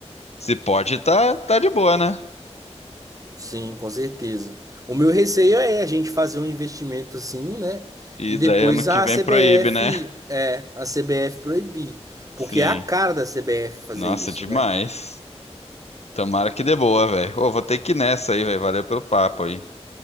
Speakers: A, on the left; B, on the right.
A: se pode, tá, tá de boa, né?
B: Sim, com certeza. O meu receio é a gente fazer um investimento assim, né?
A: E
B: E depois
A: daí ano que
B: a
A: vem proíbe,
B: CBF, é,
A: né?
B: a CBF proibir. Porque
A: Sim.
B: é a cara da CBF fazer
A: Nossa,
B: isso,
A: demais.
B: né?
A: Tomara que dê boa, velho. Ô, vou ter que ir nessa aí, velho. Valeu pelo papo aí.